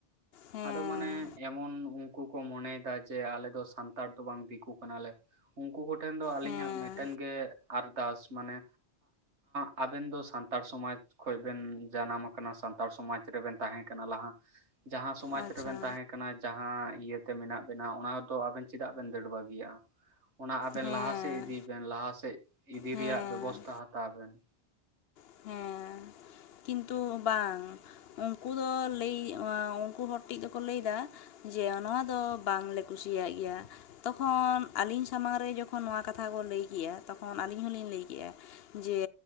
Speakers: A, on the left; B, on the right.
A: ᱦᱮᱸ
B: ᱟᱫᱚ ᱢᱟᱱᱮ ᱮᱢᱚᱱ ᱩᱱᱠᱩ ᱠᱚ ᱢᱚᱱᱮᱭ ᱫᱟ ᱡᱮ ᱟᱞᱮ ᱫᱚ ᱥᱟᱱᱛᱟᱲ ᱫᱚ ᱵᱟᱝ ᱫᱤᱠᱩ ᱠᱟᱱᱟᱞᱮ ᱩᱱᱠᱩ ᱠᱚᱴᱷᱮᱱ ᱫᱚ ᱟᱹᱞᱤᱧᱟᱜ
A: ᱦᱮᱸ
B: ᱢᱤᱫᱴᱮᱱ ᱜᱮ ᱟᱨᱫᱟᱥ ᱢᱟᱱᱮ ᱟᱵᱮᱱ ᱫᱚ ᱥᱟᱱᱛᱟᱲ ᱥᱚᱢᱟᱡᱽ ᱠᱷᱚᱡ ᱵᱮᱱ ᱡᱟᱱᱟᱢ ᱟᱠᱟᱱᱟ ᱥᱟᱱᱛᱟᱲ ᱥᱚᱢᱟᱡᱽ ᱨᱮᱵᱮᱱ ᱛᱟᱦᱮᱸ ᱠᱟᱱᱟ ᱞᱟᱦᱟ ᱾ ᱡᱟᱦᱟᱸ ᱥᱚᱢᱟᱡᱽ
A: ᱟᱪᱪᱷᱟ
B: ᱨᱮᱵᱮᱱ ᱛᱟᱦᱮᱸ ᱠᱟᱱᱟ ᱡᱟᱦᱟᱸ ᱤᱭᱟᱹᱛᱮ ᱢᱮᱱᱟᱜ ᱵᱮᱱᱟᱣ ᱚᱱᱟᱫᱚ ᱟᱵᱮᱱ ᱪᱮᱫᱟᱜ ᱵᱮᱱ ᱫᱟᱹᱲ ᱵᱟᱹᱜᱤᱭᱟᱜᱼᱟ ᱾ ᱚᱱᱟ ᱟᱵᱮᱱ
A: ᱦᱮᱸ
B: ᱞᱟᱦᱟᱥᱮᱜ ᱤᱫᱤ ᱵᱮᱱ ᱞᱟᱦᱟᱥᱮᱜ ᱤᱫᱤ
A: ᱦᱮᱸ
B: ᱨᱮᱭᱟᱜ ᱵᱮᱵᱚᱥᱛᱟ ᱦᱟᱛᱟᱣ ᱵᱮᱱ ᱾
A: ᱦᱮᱸ ᱾ ᱠᱤᱱᱛᱩ ᱵᱟᱝ ᱩᱱᱠᱩ ᱫᱚ ᱞᱟᱹᱭ ᱩᱱᱠᱩ ᱦᱚᱲ ᱴᱤᱡ ᱫᱚᱠᱚ ᱞᱟᱹᱭᱫᱟ ᱡᱮ ᱱᱚᱣᱟ ᱫᱚ ᱵᱟᱝᱞᱮ ᱠᱩᱥᱤᱭᱟᱜ ᱜᱮᱭᱟ ᱾ ᱛᱚᱠᱷᱚᱱ ᱟᱹᱞᱤᱧ ᱥᱟᱢᱟᱝ ᱨᱮ ᱡᱚᱠᱷᱚᱱ ᱱᱚᱣᱟ ᱠᱟᱛᱷᱟ ᱠᱚ ᱞᱟᱹᱭ ᱠᱮᱜᱼᱟ ᱛᱚᱠᱷᱚᱱ ᱟᱹᱞᱤᱧ ᱦᱚᱞᱤᱧ ᱞᱟᱹᱭ ᱠᱮᱜᱼᱟ ᱡᱮ